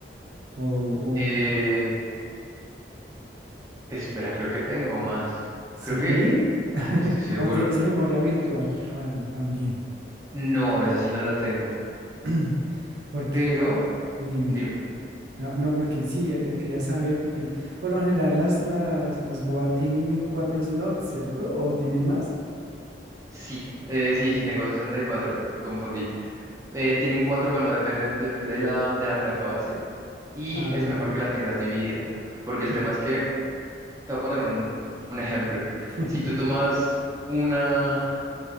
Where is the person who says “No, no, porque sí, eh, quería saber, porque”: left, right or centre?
Right